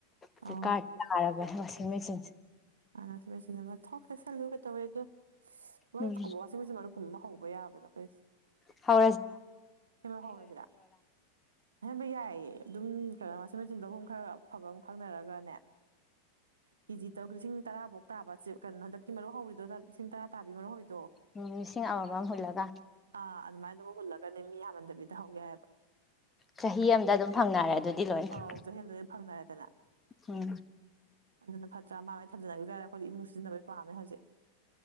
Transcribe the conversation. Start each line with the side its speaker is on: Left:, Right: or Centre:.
Right: ꯑꯧ
Left: ꯑꯗꯨ ꯀꯥꯔꯠ ꯇꯥꯔꯕꯅꯦ ꯃꯁꯤ ꯊꯃꯦ ꯆꯁ
Right: ꯑꯅꯁꯤ ꯄꯥꯏꯁꯤ ꯊ ꯑꯩꯈꯣꯏ ꯁꯜꯂꯨꯒ ꯇꯧꯋꯦꯒ ꯃꯔꯨꯞ
Left: ꯎꯝ
Right: ꯀꯨꯝꯕ ꯋꯥꯆꯤꯡ ꯃꯦꯆꯤꯟ ꯃꯔꯨꯞ ꯀꯨꯝꯕ ꯑꯃ ꯍꯧꯕ ꯌꯥꯕꯅꯣ ꯑꯩꯈꯣꯏ
Left: ꯍ
Right: ꯁꯦꯝꯕ ꯍꯧꯥꯎꯔꯁꯤꯗ ꯁꯦꯝꯕ ꯌꯥꯏꯌꯦ ꯑꯗꯨꯝ ꯈ ꯋꯥꯁꯤꯡ ꯃꯦꯆꯤꯟꯗꯒꯨꯝ ꯈꯔ ꯑꯐꯕ ꯑꯃ ꯈꯪꯅꯔꯒꯅꯦ ꯀꯦꯖꯤ ꯇꯔꯨꯛ ꯂꯤꯁꯤꯡ ꯇꯔꯥꯐꯧ ꯇꯥꯕꯦ ꯀꯩꯅꯣ ꯍꯟꯛꯀꯤꯨ ꯍꯧꯔꯤꯗꯣ ꯂꯤꯁꯤꯡ ꯇꯔꯥ ꯇꯥꯕꯤ ꯃꯔꯨꯣ
Left: ꯎꯝ ꯂꯤꯁꯤꯡ ꯑꯃꯃꯝ ꯍꯨꯜꯂꯒ
Right: ꯑ ꯑꯗꯨ ꯃꯥ ꯐꯂ ꯅꯦ ꯃꯤ ꯌꯥꯝꯃꯟꯗꯕꯤꯗ ꯍꯧ ꯌꯥꯦꯏꯕ
Left: ꯆꯍꯤ ꯑꯃꯗ ꯑꯗꯨꯝ ꯐꯪꯅꯔꯦ ꯑꯗꯨꯗꯤ ꯂꯣꯏꯅ
Right: ꯑꯥꯎ ꯆꯍꯤꯗꯨ ꯐꯪꯅꯔꯦꯗꯅ
Left: ꯎꯝ
Right: ꯑꯗꯨꯅ ꯐꯠꯇ꯭ꯔꯥ ꯃꯥꯡꯉꯥꯏ ꯊꯝꯖꯅ ꯑꯩꯈꯣꯏ ꯏꯃꯨꯡ ꯁꯤꯖꯤꯟꯅꯕꯩ ꯄꯥꯝꯃꯦ ꯍꯧꯖꯤꯛ